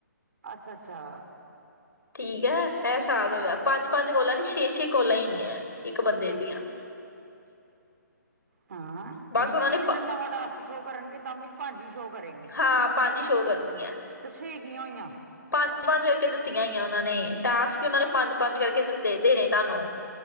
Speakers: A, on the right; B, on the left.
A: ਅੱਛਾ ਅੱਛਾ
B: ਠੀਕ ਐ-ਐ ਸਾਬ ਹੈਗਾ ਪੰਜ ਪੰਜ ਕੋਲਾਂ ਛੇ-ਛੇ ਕੋਲਾਂ ਈ ਹੈਗੀਆਂ ਇੱਕ ਬੰਦੇ ਦੀਆਂ
A: ਹਾਂ
B: ਬਸ
A: ਮਤਲਬ
B: ਉਹਨਾਂ ਨੇ
A: ਜੇ ਨਵਾਂ ਟਾਸਕ ਸ਼ੋਅ ਕਰਨਗੇ ਤਾਂ ਵੀ ਪਜ ਈ ਸ਼ੋਅ ਕਰੇਗੀ
B: ਹਾਂ ਪੰਜ ਸ਼ੋਅ ਕਰਨੀਆਂ
A: ਤੇ ਛੇ ਕੀਆਂ ਹੋਈਆਂ।
B: ਪੰਜ-ਪੰਜ ਕਰਕੇ ਦਿੱਤੀਆਂ ਹੋਈਆਂ ਉਨਾਂ ਨੇ ਟਾਸਕ ਉਨਾਂ ਨੇ ਪੰਜ-ਪੰਜ ਕਰਕੇ ਦਿੱਤੇ ਦੇਣੇ ਤੁਹਾਨੂੰ